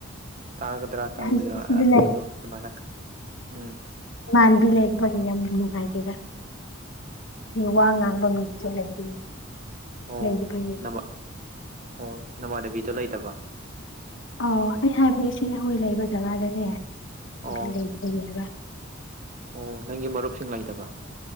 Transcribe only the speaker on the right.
ꯇꯥꯒꯗ꯭ꯔꯥ ꯇꯥꯑꯣꯣꯏꯗ꯭ꯔꯥ
ꯑꯗꯨ ꯑꯗꯨꯃꯥꯏꯅ ꯎꯝ
ꯑꯣ
ꯅꯃꯥ ꯑꯣ ꯅꯃꯗꯕꯤꯗꯣ ꯂꯩꯇꯕ
ꯑꯣ ꯑꯣ ꯅꯪꯒꯤ ꯃꯔꯨꯞꯁꯤꯡ ꯂꯩꯗꯕ